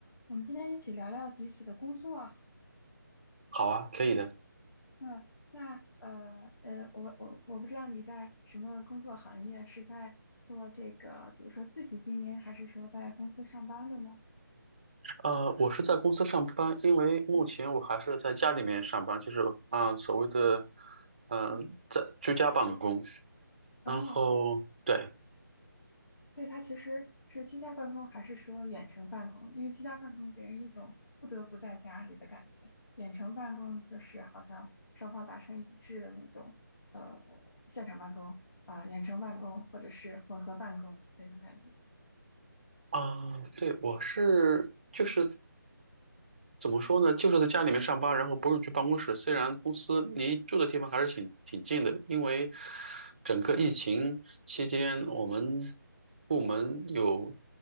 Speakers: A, on the left; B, on the right.
A: 我们今天一起聊聊彼此的工作啊。
B: 好啊，可以的。
A: 嗯，那呃呃，我我我不知道你在什么工作行业，是在做这个，比如说自己经营，还是说在公司上班的呢？
B: 呃，我是在公司上班，因为目前我还是在家里面上班，
A: 嗯
B: 就是啊、所谓的嗯、
A: 嗯，
B: 呃在居家办公。
A: 哦，
B: 然后对，
A: 所以它其实是居家办公，还是说远程办公？因为居家办公给人一种不得不在家里的感觉，远程办公就是好像双方达成一致的那种，呃，现场办公啊，远程办公或者是混合办公那种感觉。
B: 啊，对，我是就是怎么说呢，
A: 嗯
B: 就是在家里面上班，然后不用去办公室。虽然公司离住的地方还是挺挺近的，因为整个疫情期间，我们部门有